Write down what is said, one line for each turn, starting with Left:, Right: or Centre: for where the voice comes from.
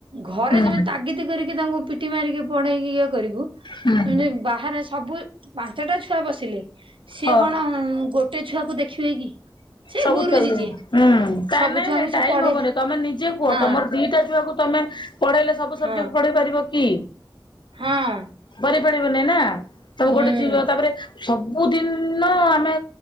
Right: ଘରେ
Left: ହୁଁ
Right: ଯେମିତି ତାଗିତି କରିକି ତାଙ୍କୁ ପିଟି ମାରିକି ପଡେଇକି ଇଏ କରିବୁ
Left: ହୁଁ
Right: ଏମିତି ବାହାରେ ସବୁ ପାଞ୍ଚଟା ଛୁଆ ବସିଲେ ସିଏ
Left: ହଁ।
Right: କଣ ଗୋଟେ ଛୁଆକୁ ଦେଖିବେ କି? ସେ
Left: ସବୁ
Right: ଗୁରୁଜୀ
Left: ଛୁଆ ଙ୍କୁ
Right: ଯିଏ
Left: ହଁ କାଇଁ
Right: ସବୁ
Left: ନାଇଁ
Right: ଛୁଆଙ୍କୁ
Left: ନାଇଁ ଟାଇମ
Right: ସେ ପଢେଇ
Left: ହବନି ତମେ ନିଜେ କୁହ
Right: ହଁ
Left: ତମର ଦିଟା ଛୁଆକୁ ତମେ ତମେ ପଢେଇଲେ ସବୁ
Right: ହଁ
Left: ସବଜେକ୍ଟ ପଢେଇ ପାରିବ କି?
Right: ହଁ।
Left: କରି ପାରିବନାଇଁ ନା ସବୁ ଗୋଟେ
Right: ହୁଁ।
Left: ଥିବ ତାପରେ ସବୁଦିନ ଆମେ